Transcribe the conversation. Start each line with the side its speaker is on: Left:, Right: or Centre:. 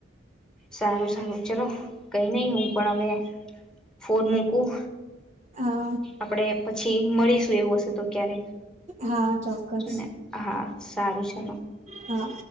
Centre: સારું સારું ચલો કઈ નહી હું પણ હવે ફોન મૂકું
Right: હા
Centre: આપણેે પછી મળીશું એવું હશે તો ક્યારેક
Right: હા ચોક્કસ
Centre: ને હા સારું છે.
Right: હા